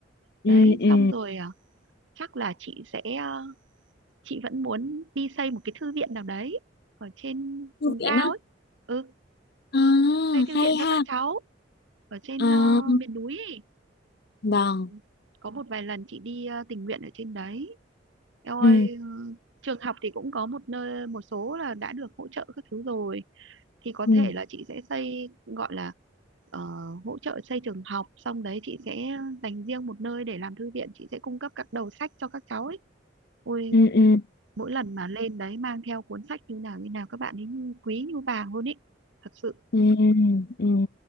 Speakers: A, on the left; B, on the right.
A: ừ
B: đấy
A: ừ
B: xong rồi à, chắc là chị sẽ à, chị vẫn muốn đi xây một cái thư viện nào đấy ở trên
A: thư
B: vùng
A: viện
B: cao
A: á.
B: ấy ừ
A: À,
B: xây thư
A: hay
B: viện cho
A: ha.
B: các cháu ở trên
A: À,
B: ờ, miền núi ấy.
A: vâng.
B: Ừ, có một vài lần chị đi ờ, tình nguyện ở trên đấy Eo ơi,
A: ừ
B: ừ, trường học thì cũng có một nơi một số là đã được hỗ trợ các thứ rồi thì có
A: ừ
B: thể là chị sẽ xây gọi là ờ, hỗ trợ xây trường học xong đấy chị sẽ dành riêng một nơi để làm thư viện chị sẽ cung cấp các đầu sách cho các cháu ấy ôi
A: ừ ừ
B: mỗi lần mà lên đấy mang theo cuốn sách như nào như nào các bạn ấy như quý như vàng luôn ấy thật sự
A: Ừ, ừ.